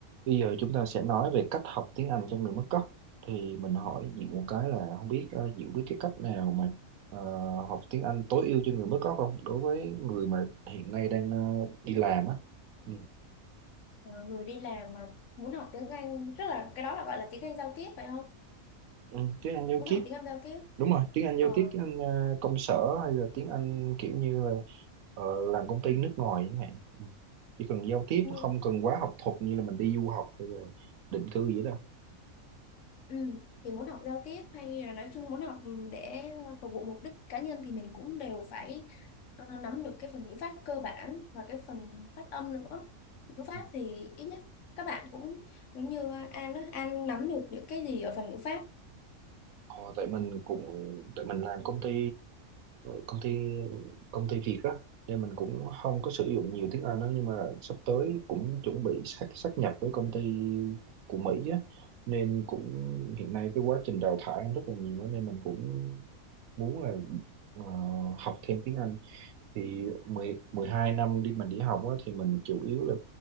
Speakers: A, on the right; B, on the left.
A: Bây giờ chúng ta sẽ nói về cách học tiếng Anh cho người mất gốc. Thì mình hỏi Diệu một cái là không biết ờ, Diệu biết cái cách nào mà ờ, học tiếng Anh tối ưu cho người mất gốc không? Đối với người mà hiện nay đang ờ, đi làm á. Ừ.
B: Ờ, người đi làm mà muốn học tiếng Anh tức là cái đó là gọi là tiếng Anh giao tiếp phải không
A: Ừ, tiếng Anh giao
B: muốn
A: tiếp,
B: học tiếng Anh giao tiếp
A: đúng rồi, tiếng Anh giao
B: ờ,
A: tiếp, tiếng Anh ờ, công sở hay là tiếng Anh kiểu như là ờ, làm công ty nước ngoài chẳng hạn. Ừ. Chỉ cần giao tiếp
B: ừ,
A: không cần quá học thuật như là mình đi du học hay là định cư gì đó.
B: ừ. thì muốn học giao tiếp hay là nói chung muốn học ừ, để phục vụ mục đích cá nhân thì mình cũng đều phải ờ, nắm được cái phần ngữ pháp cơ bản và cái phần phát âm nữa ngữ
A: Ừ.
B: pháp thì ít nhất các bạn cũng giống như An đó An nắm được những cái gì ở phần ngữ pháp
A: Ờ, tại mình cũng tại mình làm công ty công ty công ty Việt á nên mình cũng không có sử dụng nhiều tiếng Anh đó nhưng mà sắp tới cũng chuẩn bị sát sát nhập với công ty của Mỹ á nên cũng hiện nay cái quá trình đào thải rất là nhiều á, nên mình cũng muốn là ờ, học thêm tiếng Anh thì mười mười hai năm đi mình đi học á, thì mình chủ yếu là